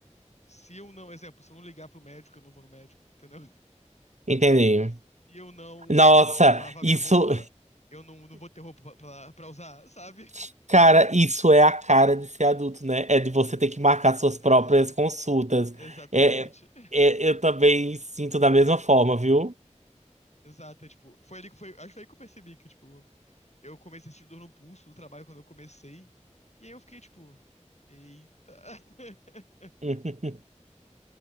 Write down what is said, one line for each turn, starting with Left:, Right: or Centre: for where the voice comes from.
Left: se eu não. Exemplo, se eu não ligar pro médico, eu não vou no médico, entendeu? <laughs>
Right: Entendi.
Left: Se eu não
Right: Nossa,
Left: lavar
Right: isso,
Left: minha roupa, eu não, não vou ter roupa pra, pra pra usar, sabe?
Right: <laughs> cara, isso é a cara de ser adulto, né? É de você ter que marcar suas
Left: É.
Right: próprias consultas.
Left: Exatamente.
Right: É, é,
Left: <laughs>
Right: é, eu também sinto da mesma forma, viu?
Left: Exato, é, tipo, foi ali que foi, acho que foi aí que eu percebi que, tipo, eu comecei a sentir dor no pulso do trabalho quando eu comecei, e aí eu fiquei, tipo, eita, <laughs>
Right: <laughs>